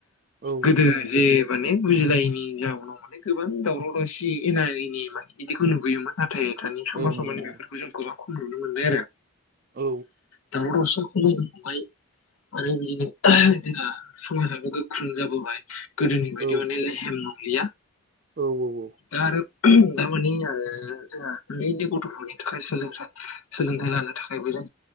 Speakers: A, on the right; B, on the left.
A: औ
B: गोदो
A: नंगौ नंगौ नोंथां
B: जे माने बुजिलायनि जाउनाव माने गोबां दावराव दावसि जि एना-एनि माने बिदिखौ नुबोयोमोन नाथाय दानि समाजाव
A: औ नंगौ
B: माने
A: नंगौ
B: बेफोरखौ जोंखौ खम नुनो मोनबाय आरो
A: औ
B: दावराव-दावसि यनो <unintelligible> खमायलांबाय बाय आरो बिदिनो जोंहा समाजाबो गोख्रों जाबोबाय गोदोनि बायदि
A: औ
B: माने लेहेम नंलिया
A: औ औ औ
B: दा आरो दामाने आरो जोंहा उनदै उनदै गथ'फोरनि थाखाय सोलोंथाइ लानाय थाखायबो जों